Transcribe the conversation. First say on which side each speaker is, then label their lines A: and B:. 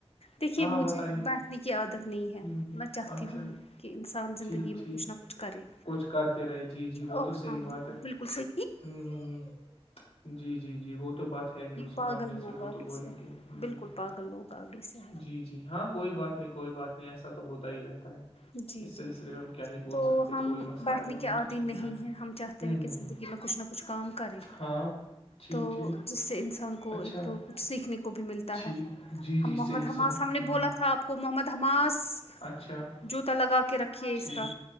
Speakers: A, on the left; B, on the left.
A: دیکھیے
B: ہاں ہاں
A: مجھے
B: بتائیے ہ
A: بیٹھنے کی عادت نہیں ہے
B: ہ
A: میں چاہتی
B: اچھا
A: ہوں کہ انسان زندگی
B: ٹھیک
A: میں
B: ٹھیک
A: کچھ نہ کچھ کرے
B: کچھ کرتے رہے جی جی وہ
A: او
B: تو صحیح
A: ہاں بک
B: بات ہے
A: بالکل سی
B: ہ ہ ہ جی جی جی وہ تو بات ہے ہی اس
A: پاگل
B: معامنے
A: لوگ
B: سے وہ
A: آگے
B: تو بولیں
A: سے ہے
B: گے ہ
A: بالکل
B: ہ
A: پاگل لوگ آگے سے ہے
B: جی- جی ہاں- کوئی بات نہیں کوئی بات نہیں ایسا تو ہوتا ہی رہتا ہے
A: جی
B: اس
A: جی
B: سلسلے میں ہم کیا ہی بول
A: تو
B: سکتے-
A: ہم
B: کوئی مسئلہ
A: بیٹھنے
B: نہیں انیں
A: کے عادی نہیں
B: ہ
A: ہیں ہم چاہتے
B: ہ
A: ہیں
B: ہ
A: کہ
B: ہ
A: زندگی میں کچھ نہ کچھ کام کریں
B: ہاں- ٹھیک
A: تو
B: ٹھیک
A: جس سے انسان کو
B: اچھا
A: ایک تو کچھ سیکھنے کو بھی ملتا
B: ٹھیک
A: ہے
B: جی جی
A: ہم محمد
B: صحیح
A: حماس
B: صحیح
A: ہم نے
B: ہ
A: بولا تھا آپ کو محمد حماس-
B: اچھایک
A: جوتا لگا کے رکھیے اس کا